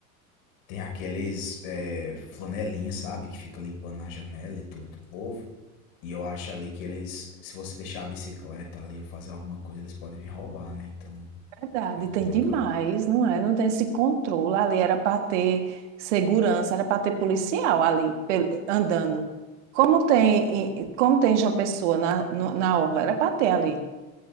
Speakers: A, on the left (about 55°); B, on the right (about 55°).
A: Tem aqueles é, flanelinha, sabe? Que fica limpando a janela e tudo do povo. E eu acho ali que eles, se você deixar a bicicleta ali ou fazer alguma coisa, eles podem vir roubar, né? Então
B: Verdade,
A: é complicado.
B: tem demais, não é? Não tem esse controle. Ali era para ter segurança, era para ter policial ali pel- andando. Como tem, em- como tem João Pessoa na, no- na orla, era para ter ali.